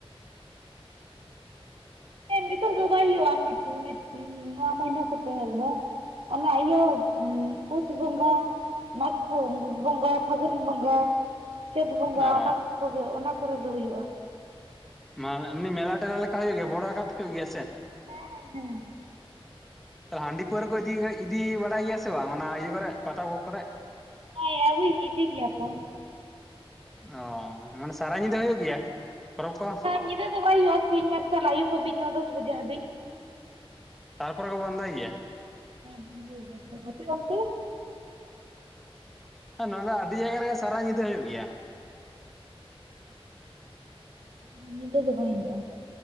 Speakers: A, on the right; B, in the centre.
A: ᱦᱮᱸ ᱱᱤᱛᱚᱜ ᱫᱚ ᱵᱟᱭ ᱦᱩᱭᱩᱜᱼᱟ ᱱᱤᱛ ᱱᱤᱛ ᱱᱚᱣᱟ ᱢᱟᱹᱦᱱᱟᱹ ᱠᱚᱛᱮ ᱫᱚ᱾ ᱚᱱᱟ ᱤᱭᱟᱹ ᱯᱩᱥ ᱵᱚᱸᱜᱟ ᱾ ᱢᱟᱜᱷ ᱵᱚᱸᱜᱟ, ᱯᱷᱟᱹᱜᱩᱱ ᱵᱚᱸᱜᱟ᱾ ᱪᱟᱹᱛ ᱵᱚᱸᱜᱟ
B: ᱚ
A: ᱚᱱᱟ ᱠᱚᱜᱮ ᱚᱱᱟ ᱠᱚᱨᱮ ᱜᱮ ᱦᱩᱭᱩᱜ-ᱟ ᱾
B: ᱢᱟᱱᱮ ᱮᱢᱱᱤ ᱢᱮᱞᱟ ᱴᱮᱞᱟ ᱞᱮᱠᱟ ᱦᱩᱭᱩᱜ ᱜᱮᱭᱟ ᱵᱚᱲᱚ ᱟᱠᱟᱨ ᱛᱮ ᱦᱩᱭᱩᱜ ᱜᱮᱭᱟ ᱥᱮᱫ?
A: ᱦᱮᱸ ᱦᱮᱸ
B: ᱦᱟᱺᱰᱤ ᱯᱟᱹᱣᱨᱟᱹ ᱠᱚ ᱤᱫᱤ ᱤᱫᱤᱭ ᱵᱟᱲᱟᱭ ᱜᱮᱭᱟ ᱥᱮ ᱵᱟᱝ ᱚᱱᱟ ᱤᱭᱟᱹ ᱠᱚᱨᱮ ᱯᱟᱛᱟ ᱠᱚ ᱠᱚᱨᱮ᱾
A: ᱦᱮᱸ ᱟᱭᱩᱭ ᱤᱫᱤ ᱜᱮᱭᱟ ᱠᱚ᱾
B: ᱚᱸ ᱢᱟᱱᱮ ᱥᱟᱨᱟ ᱧᱤᱫᱟᱹ ᱦᱩᱭᱩᱜ ᱜᱮᱭᱟ ᱯᱚᱨᱚᱵᱽ ᱠᱚ᱾
A: ᱧᱤᱫᱟᱹ ᱫᱚ ᱵᱟᱭ ᱦᱩᱭᱩᱜᱼᱟ ᱥᱤᱧ ᱢᱟᱨᱥᱟᱞ ᱟᱹᱭᱩᱵ ᱦᱟᱹᱵᱤᱡ ᱱᱚ ᱫᱚᱥ ᱵᱟᱡᱮ ᱦᱟᱹᱵᱤᱡ᱾
B: ᱛᱟᱨᱯᱚᱨᱮ ᱠᱚ ᱵᱚᱱᱫᱚᱭ ᱜᱮᱭᱟ᱾
A: ᱦᱮᱸ ᱵᱚᱱᱫᱚᱭ ᱜᱮᱭᱟ ᱠᱚ ᱾ ᱟᱯᱮ ᱚᱱᱛᱮ?
B: ᱦᱮᱸ ᱱᱚᱣᱟ ᱫᱚ ᱟᱹᱰᱤ ᱡᱟᱭᱜᱟ ᱨᱮᱜᱮ ᱥᱟᱨᱟ ᱧᱤᱫᱟᱹ ᱦᱩᱭᱩᱜ ᱜᱮᱭᱟ᱾
A: ᱚᱸ ᱧᱤᱫᱟᱹ ᱫᱚ ᱵᱟᱭ ᱦᱩᱭᱩᱜᱼᱟ᱾